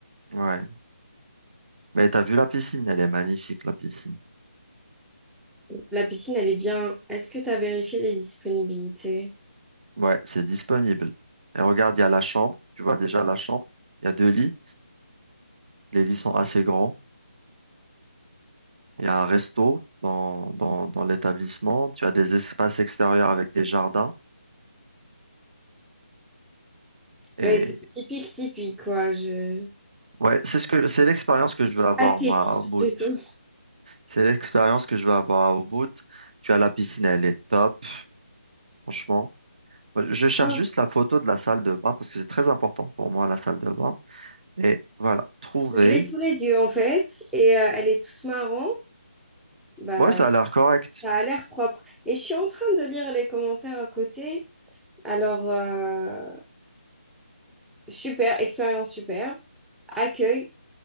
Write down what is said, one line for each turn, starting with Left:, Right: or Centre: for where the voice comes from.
Right: Ouais. Mais t'as vu la piscine, elle est magnifique, la piscine.
Centre: La piscine, elle est bien. Est-ce que tu as vérifié les disponibilités?
Right: Ouais, c'est disponible. Et regarde, il y a la chambre. Tu vois déjà la chambre. Il y a deux lits. Les lits sont assez grands. Il y a un resto dans, dans, dans l'établissement. Tu as des espaces extérieurs avec des jardins. Et
Centre: Ouais, c'est typique, typique, quoi. Je...
Right: ouais, c'est ce que, c'est l'expérience que je veux avoir,
Centre: Atypique,
Right: moi, au bout.
Centre: plutôt.
Right: C'est l'expérience que je veux avoir au bout. Tu as la piscine, elle est top, franchement. Je cherche
Centre: Ah,
Right: juste la photo de la salle de bain parce que c'est très important pour moi, la salle de bain. Et voilà, trouver.
Centre: Je l'ai sous les yeux, en fait, et euh, elle est toute marron. Bah,
Right: Ouais, ça a l'air correct.
Centre: ça a l'air propre. Et je suis en train de lire les commentaires à côté. Alors, euh, super, expérience superbe. accueille